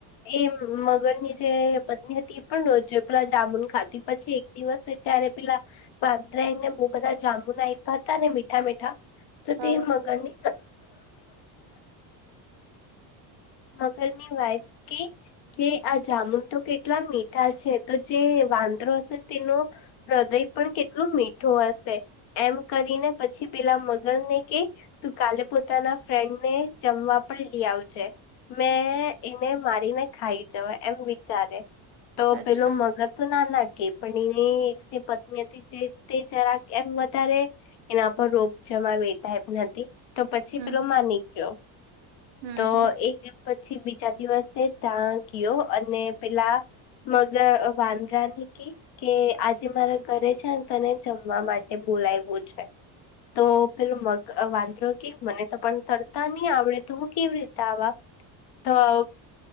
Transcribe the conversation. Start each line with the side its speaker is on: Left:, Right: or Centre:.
Left: એ મગરની જે પત્ની હતી એ પણ રોજ પેલા જામુન ખાી પછી એક દિવસે જયારે પેલા વાંદરાને બોહ બધા જામુન આપ્યા હતા ને મીઠા-મીઠા તો
Right: હા
Left: તે મગરને મગરની વાઈફ કે કે આ જામુન તો કેટલા મીઠા છે તો જે વાંદરો હશે તેનો હૃદય પણ કેટલું મીઠું હશે એમ કરીને પછી પેલા મગર ને કે તું કાલે પોતાના ફ્રેન્ડ ને જમવા પણ લઈ આવજે. મેં એને મારીને ખાઈ જવા એમ વિચારે તો
Right: અચ્છા
Left: પેલું મગર તો ના ના કે પણ એની જે પત્ની હતી જે તે જરાક એમ વધારે એના પર રોબ જમાવે એ ટાઈપ ની હતી તો પછી
Right: હમ
Left: પેલો માની ગયો.
Right: હમ
Left: તો
Right: હમ
Left: એક દિવસ પછી બીજા દિવસે તા ગયો અને પેલા મગ વાંદરા ને કે કે આજે મારા ઘરે છે ને તને જમવા માટે બોલાઇવો છે. તો પેલું મગ વાંધરો કે મને તો પણ તરતા નહી આવડે તો હું કેવી રીતે આવા. તો